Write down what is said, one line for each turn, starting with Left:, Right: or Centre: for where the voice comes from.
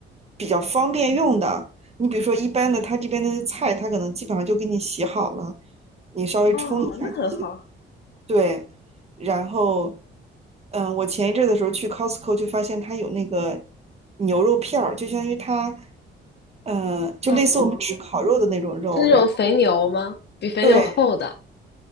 Right: 比较方便用的。你比如说一般的，他这边的菜，他可能基本上就给你洗好了，你稍微冲一下就行。
Left: 哦，那很好。
Right: 对，然后，嗯，我前一阵儿的时候去 Costco 就发现它有那个牛肉片儿，就相当于它，嗯，就类似我们吃烤肉的那种肉，
Left: 哦。是那种肥牛吗？
Right: 然后
Left: 比肥牛厚的。
Right: 对